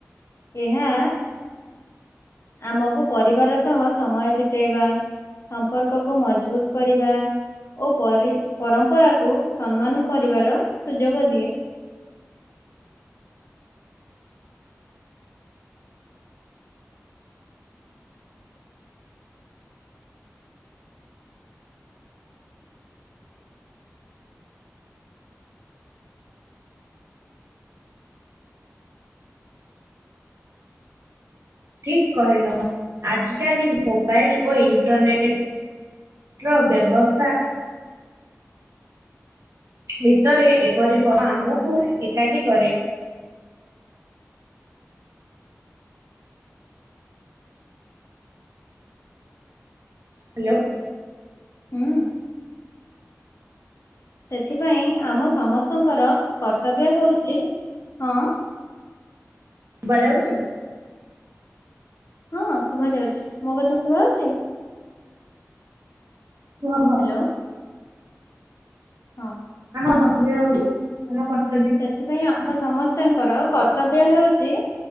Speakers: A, on the left; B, on the right.
A: ଏହା ଆମକୁ ପରିବାର ସହ ସମୟ ବିତେଇବା ସମ୍ପର୍କକୁ ମଜବୁତ କରିବା। ଓ ପରି ପରମ୍ପରାକୁ ସମ୍ମାନ କରିବାର ସୁଯୋଗ ଦିଏ।
B: ଠିକ କହିଲ ଆଜିକାଲି ମୋବାଇଲ ଓ ଇଣ୍ଟରନେଟ ର ବ୍ୟବସ୍ଥା ଭିତରେ ଏପରି <unintelligible> ଆମକୁ ଏକାଠି କରେ। ହ୍ୟାଲୋ।
A: ହୁଁ। ସେଥିପାଇଁ ଆମ ସମସ୍ତଙ୍କର କର୍ତ୍ତବ୍ୟ ହେଉଚି, ହଁ
B: ସୁବା ଯାଉଛି?
A: ହଁ ଶୁଭା ଯାଉଛି, ମୋ କଥା ଶୁଭା ହାଉଛି?
B: <unintelligible>
A: ଲୋ ହଁ।
B: ଆମ କସ ବି ହଉଛି। <unintelligible>
A: ସେଥିପାଇଁ ଆମ ସମସ୍ତଙ୍କର କର୍ତ୍ତବ୍ୟ ହେଉଛି